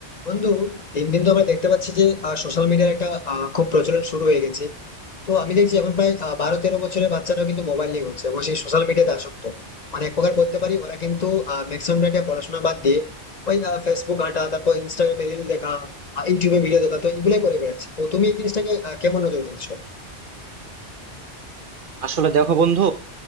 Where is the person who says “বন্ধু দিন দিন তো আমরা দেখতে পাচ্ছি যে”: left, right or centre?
Left